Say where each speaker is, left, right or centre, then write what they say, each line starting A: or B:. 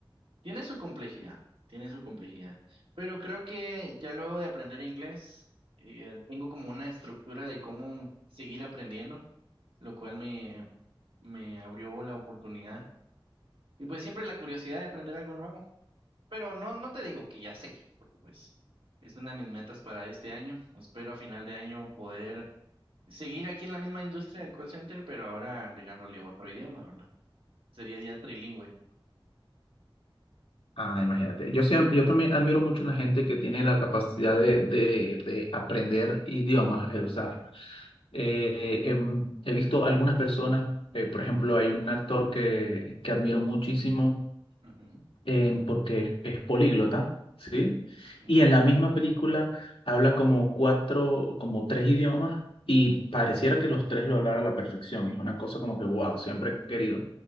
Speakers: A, on the right; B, on the left.
A: Tiene su complejidad, tiene su complejidad, pero creo que ya luego de aprender inglés, eh, tengo como una estructura de cómo seguir aprendiendo, lo cual me, me abrió la oportunidad. Y pues siempre la curiosidad de aprender algo nuevo, pero no, no te digo que ya sé, porque pues es una de mis metas para este año. Espero a final de año poder seguir aquí en la misma industria del call center, pero ahora agregándole otro idioma, ¿verdad? Sería ya trilingüe.
B: Ah, imagínate. Yo, siempre, yo también admiro mucho la gente que tiene la capacidad de, de, de aprender idiomas. eh, O sea, eh, em, he visto algunas personas, eh, por ejemplo, hay un actor que, que admiro muchísimo
A: Ujú,
B: eh, porque es políglota, ¿sí?
A: ujú,
B: Y en la misma película habla como cuatro, como tres idiomas y pareciera que los tres lo hablara a la perfección. Y es una cosa como que, wow, siempre he querido.